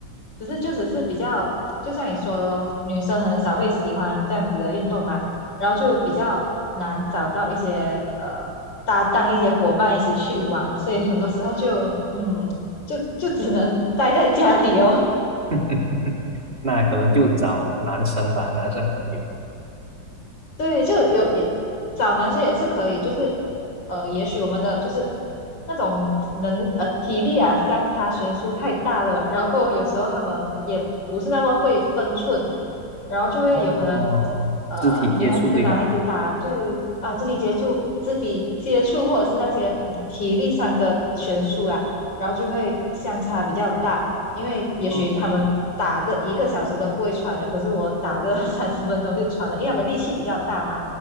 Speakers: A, on the left (about 70°); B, on the right (about 30°).
A: 只是就只是比较，就像你说的咯女生很少会喜欢这样子的运动嘛，然后就比较难找到一些呃搭档、一些伙伴一起去玩，所以很多时候就嗯，就就只能待在家里哦。
B: <laughs> 那可能就找男生吧，男生朋友。
A: 对，就有也找男生也是可以，就是呃，也许我们的就是那种能呃体力啊相差悬殊太大了，然后过后有时候他们也不是那么会分寸，然后就会有可能
B: 哦，
A: 呃女孩子跟男孩子打就是啊肢体接触、
B: 肢体接触对吧？
A: 肢体接触或者是那些嗯体力上的悬殊啊，然后就会相差比较大，因为也许他们打个一个小时都不会喘了，
B: 哦哦。
A: 可是我打个 <laughs> 三十分钟就喘了，因为他们力气比较大嘛。